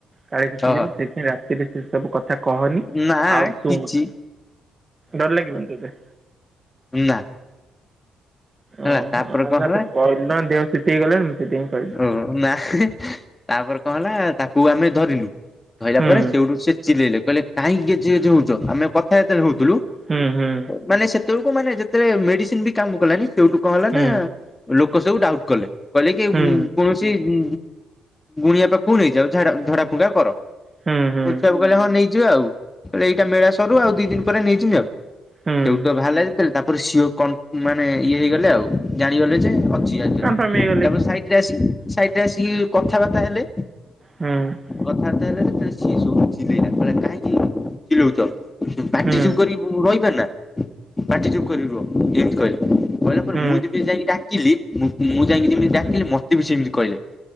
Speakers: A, on the right; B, on the left.
A: କାଳେ କିଛି
B: ଓହ
A: ହେଲେ ସେଇଥିପାଇଁ ଏବେ ସେ ସବୁ କଥା କହନି
B: ନା
A: ଆଉ ଶୁଣ
B: କିଛି
A: ଡର ଲାଗିବ ନି ତତେ
B: ହୁଁ ନା ହେଲା
A: ଓହୋ
B: ତାପରେ
A: ନା
B: କଣ
A: ନା
B: ହେଲା
A: ତୁ କହିଲୁ ନା ଦେହ ସିତେଇ ଗଲାଣି ମୁଁ ସେଥିି <unintelligible> ପାଇଁ କହିଲି?
B: ଓ ନା <unintelligible> ତାପରେ କଣ ହେଲା ତାକୁ ଆମେ ଧରିଲୁ। ଧଇଲା
A: ହୁଁ
B: ପରେ ସେଇଠୁ ସେ ଚିଲେଇଲେ କହିଲେ କାହିଁକି ଗେଜେ ଗେଜେ ହଉଛ। ଆମେ କଥା ଯେତେବେଳେ ହଉଥିଲୁ
A: ହୁଁ ହୁଁ
B: ମାନେ ସେତେବେଳକୁ ମାନେ ଯେତେବେଳେ ମେଡିସିନ ବି କାମ କଲାନି ସେଠୁ କଣ ହେଲା
A: ହୁଁ
B: ନା! ଲୋକ ସବୁ ଡାଉଟ୍ କଲେ। <inaudible> କୌଣସି
A: ହୁଁ
B: ଉ ଗୁଣିଆ ପାଖକୁ ନେଇଯାଅ ଝ ଡ଼ <unintelligible> ଝଡ଼ା ଫୁକା କର।
A: ହୁଁ ହୁଁ
B: ଉତ୍ସବ କହିଲେ ହଁ ନେଇଯିବା ଆଉ କହିଲେ ଏଇଟା ମେଳା ସରୁ ଆଉ ଦି ଦିନ ପରେ ନେଇ ଯିମି <inaudible> ଆଉ
A: ହୁଁ
B: ସେଉଠୁ <inaudible> ତ ବାହାରିଲା ଯେତେବେଳେ ତାପରେ <unintelligible> ମାନେ ଇଏ ହେଇଗଲେ ଆଉ ଜାଣିଗଲେ ଯେ ଅଛି ୟା ଦେ
A: <unintelligible>
B: ତାପରେ ସାଇଟ୍ ରେ ଆସି ସାଇଟ୍ ରେ ଆସିକି କଥାବାର୍ତ୍ତା ହେଲେ।
A: ହୁଁ। <unintelligible>
B: କଥାବାର୍ତ୍ତା ହେଲେ ସେତେବେଳେ ସିଏ ସୁଦ <unintelligible> ଚିଲେଇଲା <unintelligible> କାହିଁକି ଚିଲଉଛ ପାଟି
A: ହୁଁ
B: ଚୁପ୍ କରି ରହିପାରିଲା। ପାଟିଚୁପ୍ କରି ରୁହ। ଏମିତି କହିଲେ କହିଲା ପରେ
A: ହୁଁ
B: ମୁଁ ଯେମିତି ଯାଇକି ଡ଼ାକିଲି ମୁଁ ଯାଇକି ଯେମିତି ଡ଼ାକିଲି। ମତେ ବି ସେମିତି କହିଲେ